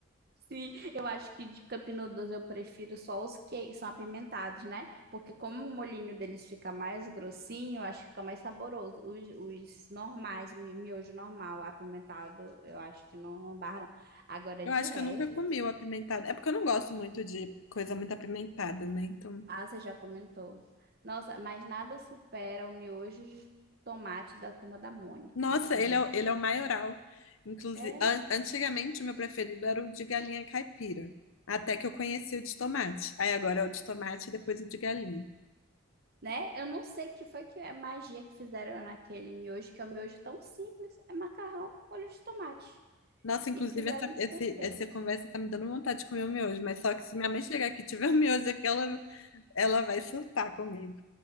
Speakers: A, on the right (about 45°); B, on the left (about 75°).
A: Sim, eu acho que de Cup Noodles eu prefiro só os que são apimentados, né? Porque como o molhinho deles fica mais grossinho, eu acho que fica mais saboroso. Os, os normais, mi- miojo normal, apimentado, eu acho que não, não barra, não. Agora,
B: Eu
A: de
B: acho
A: resto.
B: que eu nunca comi o apimentado. É porque eu não gosto muito de coisa muito apimentada, né? Então,
A: Ah, você já comentou. Nossa, mas nada supera o miojo de tomate da Turma da Mônica.
B: nossa,
A: Aquele
B: ele
A: verde.
B: é, o- ele é o maioral. Inclusive,
A: É,
B: an- antigamente o meu preferido era o de galinha caipira, até que eu conheci o de tomate. Aí agora é o de tomate e depois o de galinha.
A: né? Eu não sei que foi que é magia que fizeram naquele miojo, que é um miojo tão simples. É macarrão, molho de tomate.
B: Nossa, inclusive
A: E fizeram
B: essa, esse,
A: perfeito.
B: essa conversa tá me dando vontade de comer o miojo, mas só que se minha mãe chegar aqui e tiver o miojo aqui, ela, ela vai surtar comigo.